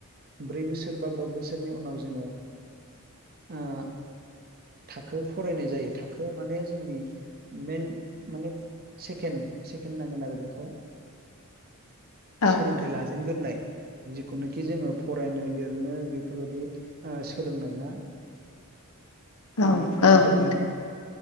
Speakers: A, on the right; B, on the left.
A: ब्रै बोसोर बा बा बोसोरनि उनाव जोङो ओ थाखो फरायनाय जायो। थाखो माने जोंनि मेन माने <unintelligible> सेकेणड नांगोन आरो बेखौ
B: औ
A: सोलोंथाइ लाजेनग्रोनाय जिखुनुखि जोङो फरायनो लिरनो बेफोरबायदि सोलोंनाय ना ओ
B: औ
A: जोङो
B: नोंथां